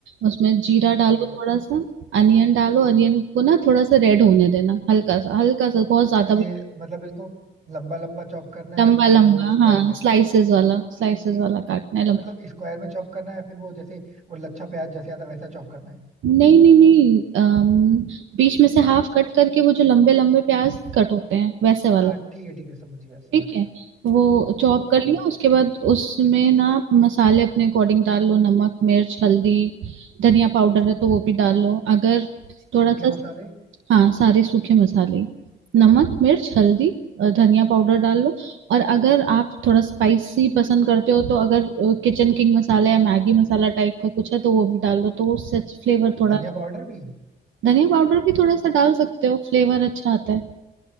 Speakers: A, on the right; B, on the right.
A: उसमें जीरा डालो
B: ओके
A: थोड़ा सा अनियन डालो अनियन को ना थोड़ा सा रेड होने देना हल्का सा हल्का सा बहुत ज्यादा
B: ये
A: भी
B: मतलब इसको लंबा लंबा चॉप करना
A: लंबा
B: है फिर
A: लंबा
B: वो स्क्वायर
A: हाँ
B: में
A: स्लाइसेस वाला स्लाइसेस वाला काटना है
B: नहीं
A: लंबा
B: मतलब स्क्वायर में चॉप करना है फिर वो जैसे वो लच्छा प्याज जैसे आता है वैसा चॉप करना है
A: नहीं नहीं नहीं अम, बीच में से हाफ कट करके वो जो लंबे लंबे प्याज कट होते हैं वैसे वाला
B: हाँ ठीक है ठीक है समझ गया समझ
A: ठीक है
B: गया
A: वो चॉप
B: ओके
A: कर लिया उसके बाद उसमें ना आप मसाले अपने अकॉर्डिंग डाल लो नमक मिर्च हल्दी धनिया पाउडर है तो वो भी डाल लो अगर थोड़ा
B: सूखे
A: सा
B: मसाले
A: हाँ सारे सूखे मसाले नमक मिर्च हल्दी अ, धनिया पाउडर डाल लो और अगर आप थोड़ा स्पाइसी पसंद करते हो तो अगर किचन किंग मसाला या मैगी मसाला टाइप का कुछ है तो वो भी डाल लो तो उससे फ्लेवर थोड़ा
B: धनिया पाउडर भी
A: धनिया पाउडर भी थोड़ा सा डाल सकते हो फ्लेवर अच्छा आता है